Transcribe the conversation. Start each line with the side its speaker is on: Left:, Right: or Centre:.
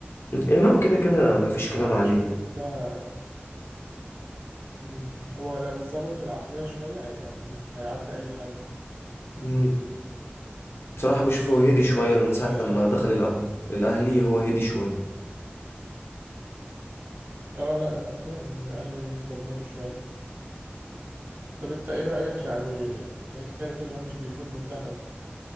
Left: إمام كده كده مفيش
Right: إمام
Left: كلام عليه
Right: عاشور ده مم. هو لو اتظبط في العقلية شوية يعني هيعدي أي حد
Left: مم. بصراحة بشوفه هادي شوية
Right: فإن
Left: من ساعة
Right: آه
Left: لما دخل القهوة الأهلي هو هادي شوية
Right: آه، لا لا فعلا الأهلي ظبطوا شوية طب أنت إيه رأيك يعني في حكاية اللي هو مش بيقول منتخب